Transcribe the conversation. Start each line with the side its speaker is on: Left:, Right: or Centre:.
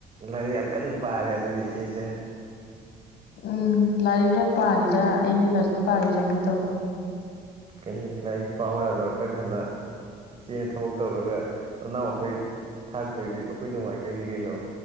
Right: ꯂꯥꯏꯔꯤꯛ ꯌꯥꯝ ꯀꯟꯅ ꯄꯥꯔꯦ ꯑꯗꯨꯗꯤ ꯏꯆꯦꯁꯦ
Left: ꯎꯝ ꯂꯥꯏꯔꯤꯛꯅ ꯄꯥꯔꯤꯔꯥ ꯑꯩꯅ ꯂꯥꯏꯔꯤꯛ ꯄꯥꯔꯤꯔꯥ ꯑꯃ ꯇꯧꯏ
Right: ꯀꯩ ꯂꯥꯏꯔꯤꯛ ꯄꯥꯎ ꯌꯥꯗ꯭ꯔꯣ ꯈꯔ ꯈꯅ ꯏꯆꯦꯅ ꯊꯕꯛ ꯇꯧꯔꯒ ꯅꯅꯥꯎ ꯑꯩꯈꯣꯏ ꯊꯥꯛꯇꯣꯏꯗꯤ ꯑꯩꯈꯣꯏ ꯅꯨꯡꯉꯥꯏꯗꯣꯏꯅꯤ ꯀꯩꯅꯣ